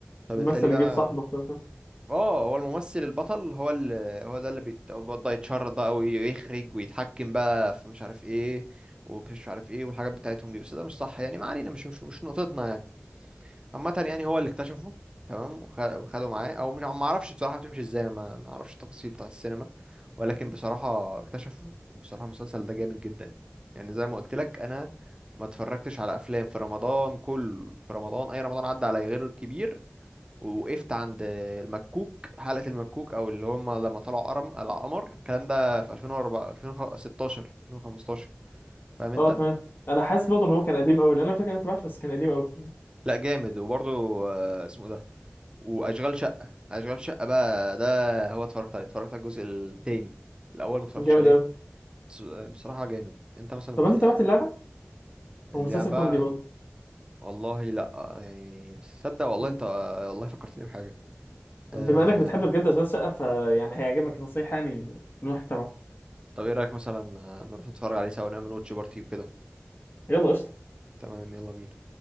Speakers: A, on the right (about 20°); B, on the left (about 50°).
A: فبالتالي
B: الممثل
A: بقى
B: اللي جه صاحبه وكده.
A: اه هو الممثل البطل هو اللي هو ده اللي بيتبدا يتشرط بقى ويخرج ويتحكم بقى في مش عارف ايه ومش عارف ايه والحاجات بتاعتهم دي بس ده مش صح يعني ما علينا مش مش, مش نقطتنا يعني عامة يعني هو اللي اكتشفه تمام وخ- وخده معاه او مش ما اعرفش بصراحة بتمشي ازاي ما ما اعرفش التفاصيل بتاع السينما ولكن بصراحة اكتشفه وبصراحة المسلسل ده جامد جدا يعني زي ما قلت لك انا ما اتفرجتش على افلام في رمضان كله في رمضان اي رمضان عدى عليا غير الكبير ووقفت عند المكوك حلقة المكوك او اللي هم لما طلعوا قرم على قمر الكلام ده في 2004 2016 2015 فاهم انت
B: اه تمام انا حاسس برضه ان هو كان قديم قوي لان انا فاكر ان انا تابعته بس كان قديم قوي
A: لا جامد وبرضه آه، اسمه إيه ده واشغال شقه اشغال شقه بقى ده هو اتفرجت عليه اتفرجت على الجزء التاني الاول ما اتفرجتش
B: جامد
A: عليه
B: قوي
A: بس بصراحه جامد انت مثلا
B: طب انت تابعت اللعبه
A: اللعبه
B: هو مسلسل كوميدي
A: والله لا يعني صدق والله
B: برضه
A: انت والله فكرتني بحاجه أه...
B: بما انك بتحب بجد اشغال شقه فيعني هيعجبك نصيحه يعني من واحد تبعه
A: طب ايه رايك مثلا نروح نتفرج عليه سوا ونعمل واتش بارتي وكده
B: يلا قشطه
A: تمام يلا بينا